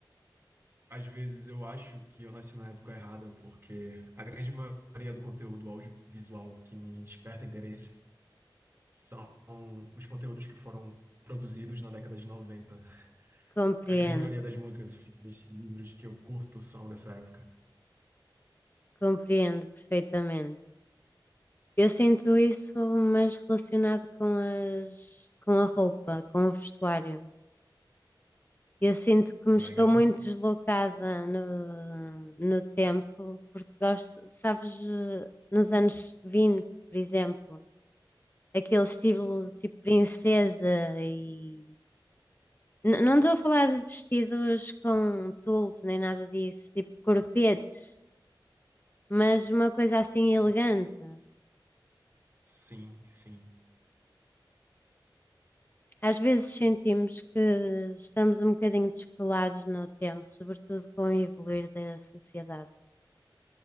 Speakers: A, on the right; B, on the left.
A: Às vezes eu acho que eu nasci na época errada, porque a grande maioria do conteúdo audiovisual que me desperta interesse são os conteúdos que foram produzidos na década de 90.
B: Compreendo,
A: A grande maioria das músicas e filmes e livros que eu curto são dessa época.
B: compreendo perfeitamente. Eu sinto isso, mas relacionado com as, com a roupa, com o vestuário. Eu sinto que me
A: Legal?
B: estou muito deslocada no, no tempo, porque gosto, sabes, eh, nos anos 20 por exemplo, aquele estilo tipo princesa e. N- não estou a falar de vestidos com tules nem nada disso, tipo corpetes, mas uma coisa assim elegante.
A: Sim, sim,
B: Às vezes sentimos que estamos um bocadinho descolados no tempo, sobretudo com o evoluir da sociedade